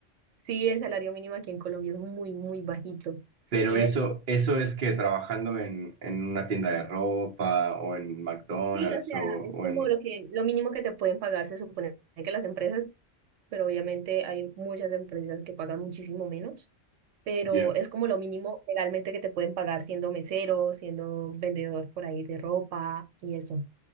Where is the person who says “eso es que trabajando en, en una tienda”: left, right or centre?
Right